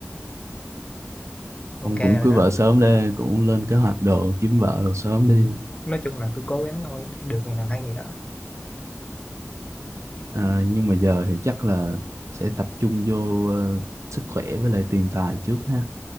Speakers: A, on the right (about 75°); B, on the left (about 25°).
A: ông
B: ok
A: cũng
B: rồi
A: cưới
B: đó
A: vợ sớm đi cũng lên kế hoạch đồ kiếm vợ đồ sớm
B: ừ.
A: đi
B: nói chung là cứ cố gắng thôi được ngày nào hay ngày đó
A: à, nhưng mà giờ thì chắc là sẽ tập trung vô ờ, sức khỏe với lại tiền tài trước ha